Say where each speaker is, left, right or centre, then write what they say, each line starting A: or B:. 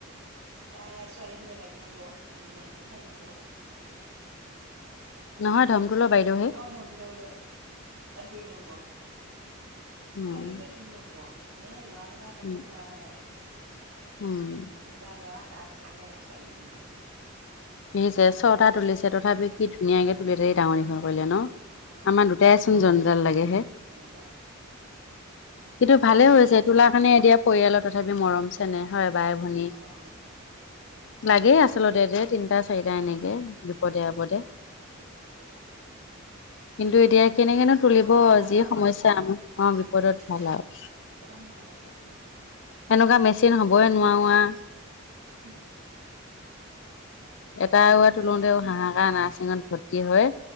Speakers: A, on the right; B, on the left.
A: তাৰ ছোৱালী ভূটৰত এক নম্বৰ এনে চাৰি নম্বৰ।
B: নহয় ধমকুল বাইদেহে
A: ধমটো বাইদেউ দুই নম্বৰ ছোৱালী
B: উম,
A: ভিতৰত দুই নম্বৰ। এনে ল'ৰাৰাকেইটাই প্ৰথম
B: উম।
A: ল'ৰা কেইটাই।
B: উম।
A: তিনিটা ল'ৰা তাৰপিছতহে ছোৱালী তিনি জনি।
B: দেিছে ছটা তুলিছে তথাপিও কি ধুনীয়াকে তুলিৰি ডাঙৰ দঘ কৰিলে ন
A: অঁ
B: আমাৰ দুটাই জঞ্জাল লাগেহে
A: জঞ্জাল। হাই
B: কিন্তু
A: কাজিয়াও
B: ভালেই হৈছে
A: নাই আকৌ
B: এইটো ওলাৰ কাৰণে এতিয়া পৰিয়ালৰ তথাপি মৰম-চেনেহ হয় বাই-ভনী।
A: অ।
B: লাগে আচলতে দে তিনটা, চাৰিটা এনেকে। বিপদে-আপদে
A: উম লাগে
B: কিন্তু এতিয়া কেনেকেনো
A: বিপদত
B: তুলিব
A: ভাল
B: যিহে
A: আৰু
B: সমস্যা আমাৰ অ বিপদত
A: উম
B: ভাল আও।
A: বিপদত ভাল আও।
B: সেনেকুৱা মেচিন হ'বই নোৱাৰো আও।
A: <unintelligible>
B: এটা ল'ৰা তোলোতেও হাহাকাৰ নাৰছিঙত ভৰ্তি হয়